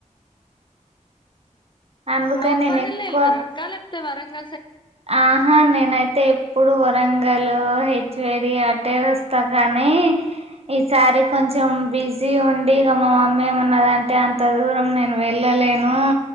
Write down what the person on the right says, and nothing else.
అందుకని
నేను ఎక్కువ
ఆహా నేనైతే ఎప్పుడు వరంగల్ చేడి అట్టే వస్తా కానీ ఈసారి కొంచెం బిజీ ఉండి ఇక మా మమ్మీ ఏమన్నదంటే అంత దూరం నేను వెళ్ళలేను